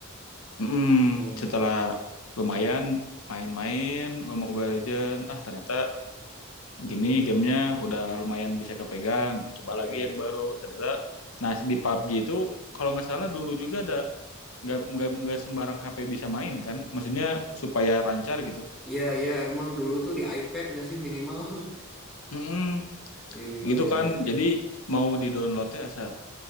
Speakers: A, on the left; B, in the centre.
A: mm
B: Oh,
A: setelah lumayan main-main Mobile Legends, ah ternyata gini gamenya udah lumayan bisa kepegang. Coba
B: oke.
A: lagi yang baru. Ternyata, nah di PUBG itu kalau nggak salah dulu juga ada nggak nggak nggak sembarang HP bisa main kan? Maksudnya supaya lancar gitu.
B: Iya, iya, emang dulu tuh di iPad nggak sih minimal, <laughs>
A: Mm-mm.
B: minimal
A: gitu
B: di iPad.
A: kan jadi mau di downloadnya asa